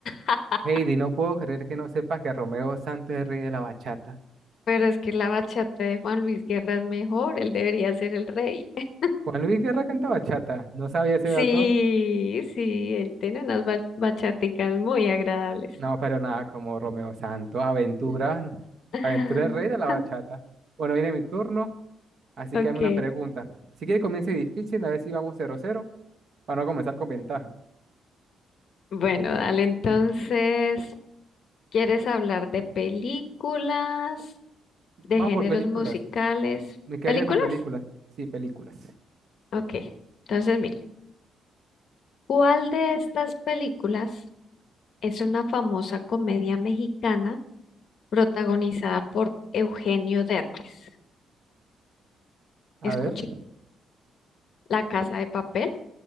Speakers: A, on the left; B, on the right.
A: <laughs>
B: Heidi, no puedo creer que no sepas que Romeo Santos es el rey de la bachata.
A: pero es que la bachata de Juan Luis Guerra es mejor. Él debería ser el rey. <laughs>
B: Juan Luis Guerra canta bachata, no sabía ese
A: Sí,
B: dato.
A: sí, él tiene unas ba- bachaticas muy agradables.
B: No, pero nada, como Romeo Santos, aventura, ¿no?
A: <laughs>
B: aventura el rey de la bachata. Bueno, viene mi turno, así
A: Ok,
B: que hazme una pregunta. Si quiere comience difícil, a ver si vamos cero cero para no comenzar con ventaja.
A: bueno, dale, entonces, ¿quieres hablar de películas, de
B: Vamos
A: géneros
B: por películas.
A: musicales?
B: Me quedaría
A: ¿Películas?
B: con películas. Sí, películas.
A: Ok, entonces, mira, ¿cuál de estas películas es una famosa comedia mexicana protagonizada por Eugenio Derbez?
B: A
A: Escucha,
B: ver.
A: La Casa de Papel,